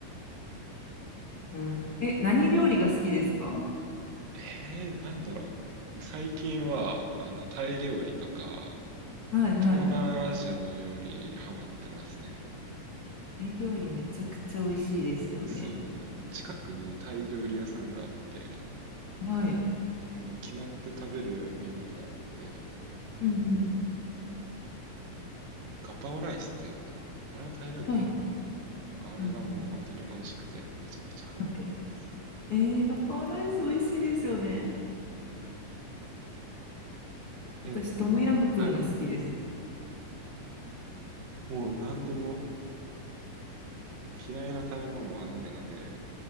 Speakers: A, on the left; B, on the right.
A: うん。え、何料理が好きですか
B: <laughs> ええー、なんだろう。最近は、あの、タイ料理とか、
A: はいはい。
B: 東南アジアの料理、ハマってますね。
A: タイ料理めちゃくちゃ美味しいですよね。
B: そうですね。近くにタイ料理屋さんがあって、
A: はい。
B: もう決まって食べるメニューがあって、もう、
A: うんうん。
B: なんかガパオライスっていうのかな。あれはタイ料理かな。
A: はい。
B: あれがもう本当に美味しくて、
A: うんうん。
B: めちゃくちゃハマってます。
A: はい。えー、ガパオライス美味しいですよね。
B: え、
A: 私、トムヤムクンが好きです。
B: はい。もう何でも嫌いな食べ物はないので、